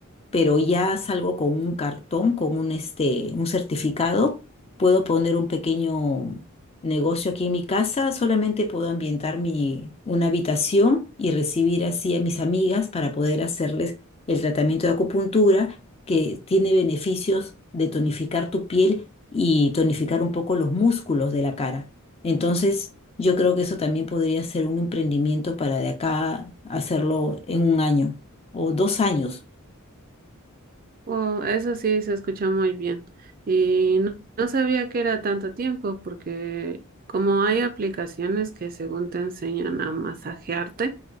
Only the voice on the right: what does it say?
Oh, eso sí, se escucha muy bien. Y no, no sabía que era tanto tiempo, porque como hay aplicaciones que según te enseñan a masajearte,